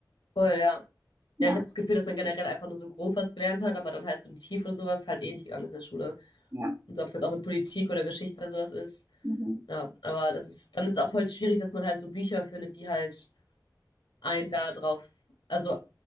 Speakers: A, on the left; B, on the right.
A: Voll, ja.
B: Ja,
A: Ja, ich habe das Gefühl, dass man generell einfach nur so grob was gelernt hat, aber dann halt so in die Tiefe und sowas halt eh nicht gegangen ist in der Schule.
B: ja.
A: Und so, ob es jetzt auch mit Politik oder Geschichte oder sowas ist.
B: Mhm.
A: Ja, aber das ist, dann ist auch halt schwierig, dass man halt so Bücher findet, die halt einen da drauf. Also,